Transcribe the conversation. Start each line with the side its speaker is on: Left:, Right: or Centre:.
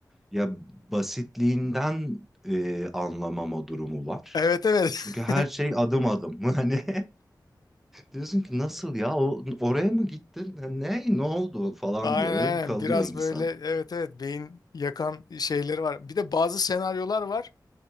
Centre: Ya basitliğinden e, anlamama durumu var.
Left: Evet evet.
Centre: Çünkü her şey adım adım. <laughs> Hani diyorsun ki nasıl ya o, oraya mı gittin? Ne ne oldu falan
Left: <laughs> Aynen
Centre: diye
Left: aynen.
Centre: böyle bir kalıyor
Left: Biraz
Centre: insan.
Left: böyle evet evet beyin yakan şeyleri var. Bir de bazı senaryolar var.